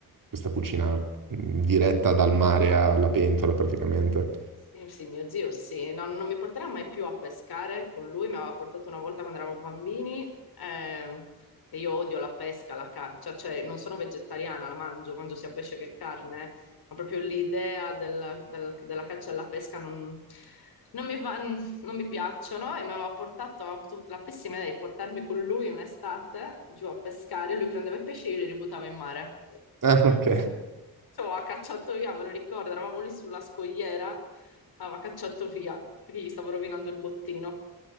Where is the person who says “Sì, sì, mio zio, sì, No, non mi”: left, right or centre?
Left